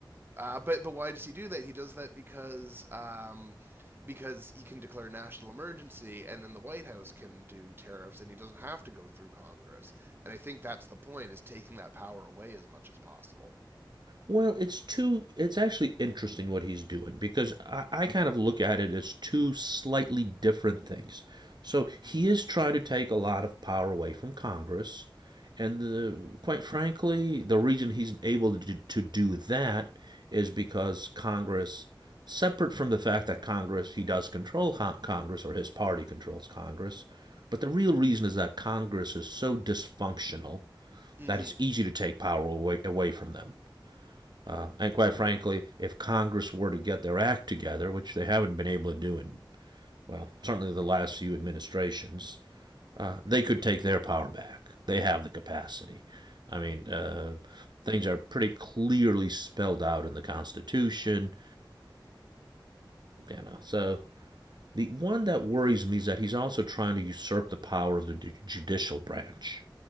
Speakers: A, on the right (about 25°); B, on the right (about 60°).
A: Uh, but but why does he do that? He does that because um because he can declare national emergency and then the White House can do tariffs and he doesn't have to go through Congress. And I think that's the point is taking that power away as much as possible.
B: Well, it's two. It's actually interesting what he's doing because I, I kind of look at it as two slightly different things. So he is trying to take a lot of power away from Congress, and the, quite frankly, the reason he's able to do, to do that is because Congress, separate from the fact that Congress he does control con- Congress or his party controls Congress, but the real reason is that Congress is so dysfunctional
A: Mhm.
B: that it's easy to take power away, away from them. Uh, And quite frankly, if Congress were to get their act together, which they haven't been able to do in, well, certainly the last few administrations, uh, they could take their power back. They have the capacity. I mean, uh, things are pretty clearly spelled out in the Constitution. You know, so the one that worries me is that he's also trying to usurp the power of the judicial branch.